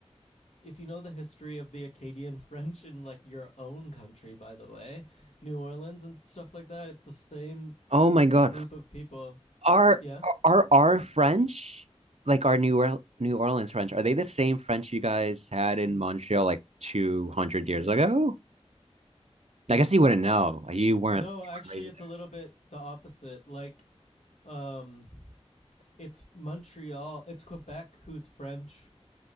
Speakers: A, on the left; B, on the right.
A: if you know the history of the Acadian <laughs> French in like your own country, by the way, New Orleans and stuff like that, it's the same
B: oh my God.
A: group of people.
B: Are
A: Yeah.
B: are our French like our New Orle- New Orleans French? Are they the same French you guys had in Montreal like two hundred years ago? I guess you wouldn't know. You weren't,
A: No,
B: you
A: actually,
B: weren't raised
A: it's a little bit the opposite. Like, um, it's Montreal, it's Quebec who's French